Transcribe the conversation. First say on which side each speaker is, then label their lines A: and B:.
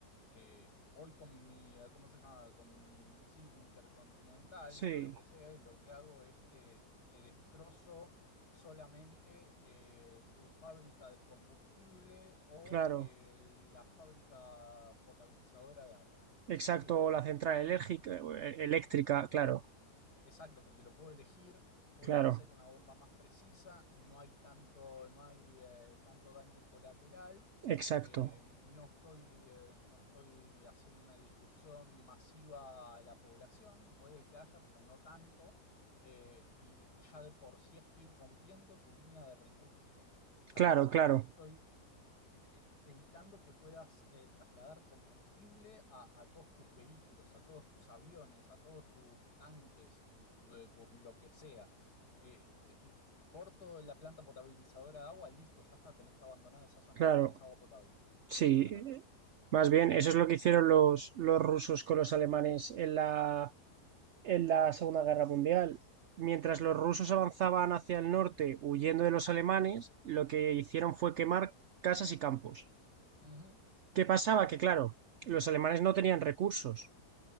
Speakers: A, on the left (about 80°); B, on the right (about 70°).
A: eh, voy con mi, ¿cómo se llama? Con mi misil intercontinental
B: sí,
A: o lo que sea, y lo que hago es te, te destrozo solamente eh, tu fábrica de combustible o
B: claro.
A: eh, la fábrica potabilizadora de agua.
B: Exacto,
A: Y listo.
B: la central
A: Me,
B: elérgica- eh, eléctrica,
A: porque
B: claro,
A: lo, exacto, porque lo puedo elegir, puedo
B: claro,
A: hacer una bomba más precisa, no hay tanto, no hay eh, tanto daño colateral,
B: exacto.
A: eh, no estoy, eh, no estoy haciendo una disrupción masiva a la población, puede que haya, pero no tanto, eh, y, y ya de por sí estoy rompiendo tu línea de recursos, ya
B: Claro,
A: de
B: claro,
A: por sí estoy eh, evitando que puedas eh, trasladar combustible a, a todos tus vehículos, a todos tus aviones, a todos tus tanques, tus, eh, tus lo que sea. Eh, te- y corto la planta potabilizadora de agua, listo, ya está, tenés que abandonar esa zona,
B: claro.
A: no tenés agua potable.
B: Sí,
A: Ya está.
B: más bien, eso es lo que hicieron los, los rusos con los alemanes en la, en la Segunda Guerra Mundial. Mientras
A: Ujú,
B: los rusos avanzaban hacia el norte huyendo de los alemanes, lo que hicieron fue quemar casas y campos.
A: ujú,
B: ¿Qué pasaba? Que claro, los alemanes no tenían recursos